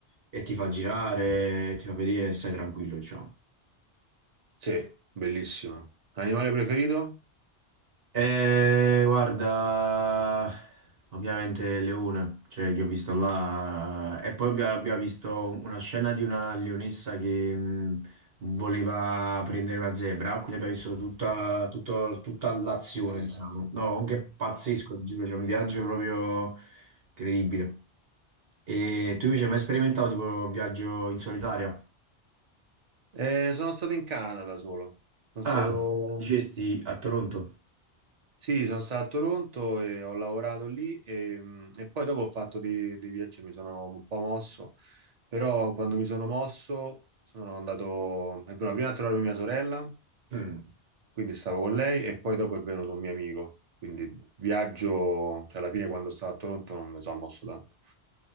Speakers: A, on the right (about 65°); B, on the right (about 45°).
A: e ti fa girare, ti fa vedere e stai tranquillo, diciamo.
B: Sì, bellissimo. Animale preferito?
A: Eh, guarda, ovviamente Leone, cioè che ho visto là, eh, e poi abbia- abbiamo visto una scena di una leonessa che mh, voleva prendere una zebra, quindi abbiamo visto tutta, tutto- tutta l'azione,
B: Eh,
A: diciamo.
B: sì.
A: No, anche pazzesco, ti giuro, c'è un viaggio proprio incredibile. E tu invece hai mai sperimentato tipo un viaggio in solitario?
B: Eh, sono stato in Canada da solo. Sono
A: Ah,
B: stato...
A: dicesti a Toronto.
B: Sì, sono stato a Toronto e ho lavorato lì e, mh, e poi dopo ho fatto dei, dei viaggi, e mi sono un po' mosso, però quando mi sono mosso sono andato... È venuta prima a trovarmi mia sorella
A: Mm.
B: Quindi stavo con lei e poi dopo è venuto un mio amico. Quindi viaggio, cioè alla fine quando stavo a Toronto non mi sono mosso tanto.